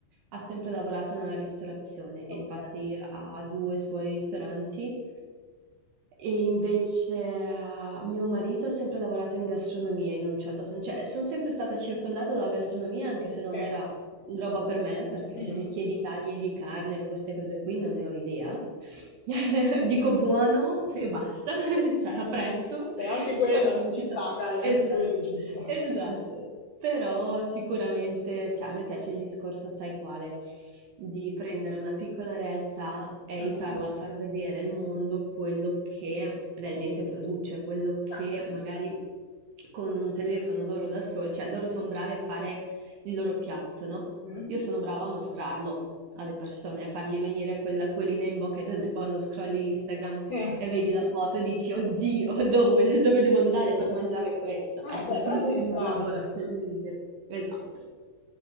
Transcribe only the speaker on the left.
Ok.
Ok.
Mhm.
Beh, anche quello
ci
sta,
dai, anche
quello è giusto. <laughs>
Ah,
ah,
mm.
Sì.
Ah,
beh, però
è interessante.